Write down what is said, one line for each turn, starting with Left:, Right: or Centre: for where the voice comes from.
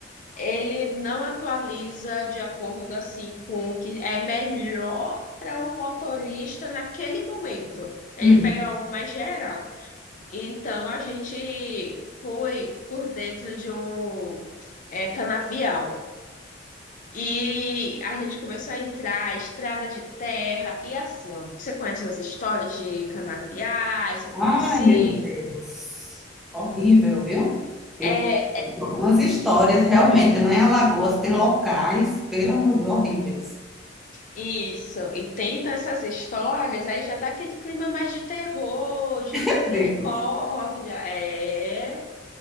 Left: Ele não atualiza de acordo assim com o que é melhor para o motorista naquele momento. Ele
Centre: hum.
Left: pega algo mais geral. Então a gente foi por dentro de um eh, canavial. E a gente começou a entrar, estrada de terra, e assim, ó, você conhece as histórias de canapiá, isso acontecia.
Centre: Ai, meu Deus. Horrível, viu? Eu
Left: É,
Centre: conheço
Left: é,
Centre: algumas histórias, realmente, lá em Alagoas tem locais, pelo amor de Deus, horríveis.
Left: isso, e tem então, essas histórias, aí já dá aquele clima mais de terror, de
Centre: Meu
Left: misericórdia.
Centre: Deus.
Left: É.